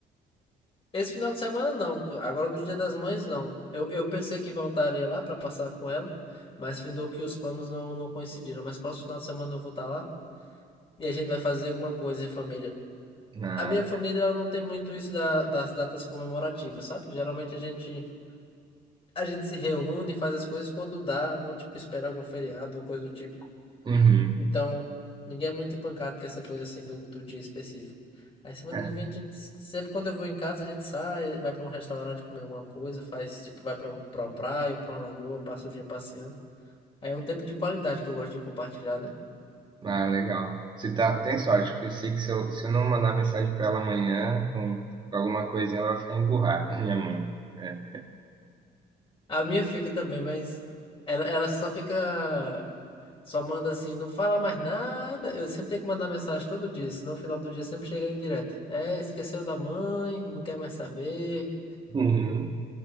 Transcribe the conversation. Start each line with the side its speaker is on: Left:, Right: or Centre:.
Left: Esse final de semana não, agora no Dia das Mães não. Eu, eu pensei que voltaria lá para passar com ela, mas findou que os planos não, não coincidiram. Mas próximo final de semana eu vou estar lá e a gente vai fazer alguma coisa em família.
Right: Na...
Left: A minha família ela não tem muito isso da- das datas comemorativas, sabe? Geralmente a gente a gente se reúne, faz as coisas quando dá, não tipo espera algum feriado ou coisa do tipo.
Right: Uhum.
Left: Então, ninguém é muito empancado com essa coisa assim do, do dia específico. Aí semana
Right: É,
Left: que vem a gente sempre quando eu vou em casa, a gente sai, vai para um restaurante comer alguma coisa, faz tipo vai para um, para uma praia, para uma lagoa, passa o dia passeando. Aí é um tempo de qualidade que eu gosto de compartilhar, né?
Right: Ah, legal. Você tá, tem sorte, porque eu sei que se eu, se eu não mandar mensagem pra ela amanhã com, com alguma coisinha, ela vai ficar emburrada, <laughs> minha mãe. É.
Left: A minha fica também, mas ela, ela só fica. Só manda assim, não fala mais nada. Eu sempre tenho que mandar mensagem todo dia, senão no final do dia sempre chega em direto. É, esqueceu da mãe, não quer mais saber.
Right: Uhum.